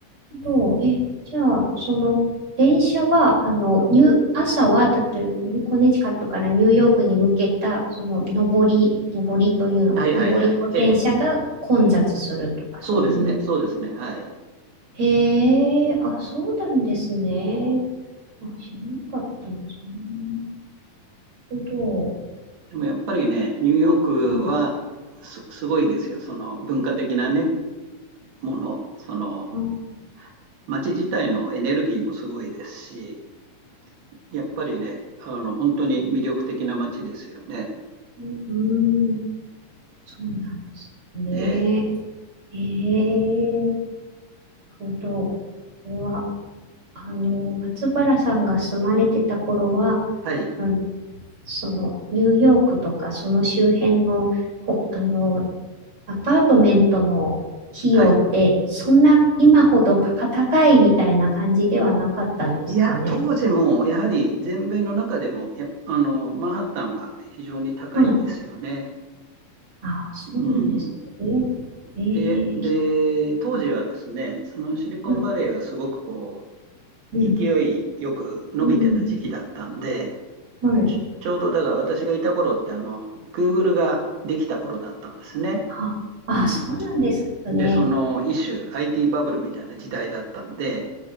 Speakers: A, on the right; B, on the right.
A: どう、え、じゃあ、その、電車は、あの、ニュー、朝は、例えば、コネチカットからニューヨークに向けた、その、上り、上りというのか、
B: はいはいはい。
A: 上りの電車が混雑するとか、
B: ええ。そうですね。
A: そういう。
B: そうですね。はい。
A: へえ、あ、そうなんですね。あ、知らなかったですね。なるほど。
B: でもやっぱりね、ニューヨークはす、
A: はい。
B: すごいですよ。その文化的なね、もの。その、
A: あ、
B: 街自体のエネルギーもすごいですし、やっぱりね、あの、本当に魅力的な街ですよね。
A: えうん、そうなんですね。
B: ええ。
A: ええ、なるほど。これは。あの、松原さんが住まれてた頃は、
B: はい。
A: あの、その、ニューヨークとか、その周辺の、ほ、あの、アパートメントの費用って、
B: はい。
A: そんな今ほどバカ高いみたいな感じではなかったんですかね。
B: いや、当時も、やはり全米の中でも、やっあの、マンハッタンは非常に高いですよね。
A: はい。ああ、そうなんですね。
B: うん。
A: ええき
B: で、で、当時はですね、そのシリコンバレーがすごくこ
A: うん、うん、
B: う、勢いよく伸びてた時期だったんで、
A: うん、はい。
B: ちょうどだから私がいた頃って、あの、Google ができた頃だったんですね。
A: あ、あ、
B: うん。
A: そうなんですね。
B: で、その一種 IT バブルみたいな時代だったんで、